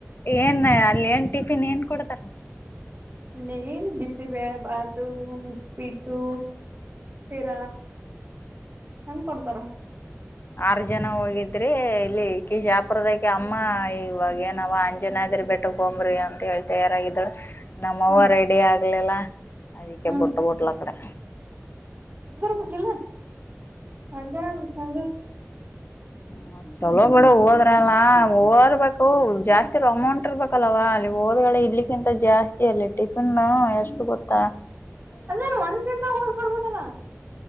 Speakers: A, on the left (about 45°); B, on the right (about 40°).
A: ಏನ್ ಅಲ್ಲಿ ಏನ್ ಟಿಫಿನ್ ಏನ್ ಕೊಡ್ತಾರಾ.
B: ಅಲ್ಲಿ ಬಿಸಿಬೇಳೆ ಬಾತು ಉಪ್ಪಿಟ್ಟು ಶಿರ ಹೆನ್ ಕೊಡ್ತಾರ.
A: ಆರ್ ಜನ ಹೋಗಿದ್ರಿ ಇಲ್ಲಿ ಕ ಜಾಪುರದಕ ಅಮ್ಮ ಇವಾಗ ಏನಾವ ಅಂಜ್ ಜನ ಇದ್ರಿ ಬೆಟ್ಟಕ್ ಹಂಬ್ರಿ ಅಂತ ಹೇಳಿ ತಯಾರಾಗಿದಳು ನಮ್ಮವರ
B: ಹ್ಮ್
A: ಡ ಆ ಇಲ್ಲಲ್ಲಾ ಅದಕ್ಕೆ
B: ಹ್ಮ್
A: ಬೊಟ್ಟ ಬೊಟ್ಟಲು ಅಕ್ಕಡೆ
B: ವಕಿಲ ಅಂತ ಅವ್ರ ಸಂದ
A: ಹ ಚಲೋ ಬೇಡ ಹೋದ್ರಲ್ಲ ಓರ್ಬೇಕು ಜಾಸ್ತಿ ಅಮೌಂಟ್ ಇರ್ಬೇಕಲ್ಲವಾ ಅಲ್ಲಿ ಹೋದ್ ಇಲಿಕ್ಕಿಂತ ಜಾಸ್ತಿ ಅಲ್ಲಿ ಟಿಫಿನ್ ಎಷ್ಟು ಗೊತ್ತ
B: ಅದಾರ ಒಂದ್ ದನ್ದಾಗ ಹೋಗ ಬರ್ಬೋದಲ್ಲ